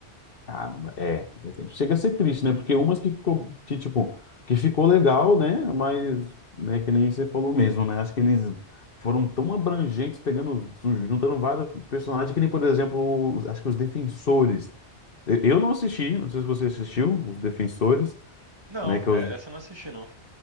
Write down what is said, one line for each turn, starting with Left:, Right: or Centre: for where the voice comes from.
Left: Caramba, é. Chega a ser triste, né? Porque umas que ficou, que, tipo, que ficou legal, né? Mas, né, que nem você falou mesmo, né? Acho que eles foram tão abrangentes, pegando, juntando vários personagens, que nem, por exemplo, os- acho que os Defensores. Eu eu não assisti, não sei se você assistiu, os Defensores,
Right: Não,
Left: né? Que é
Right: é-
Left: os
Right: essa eu não assisti, não.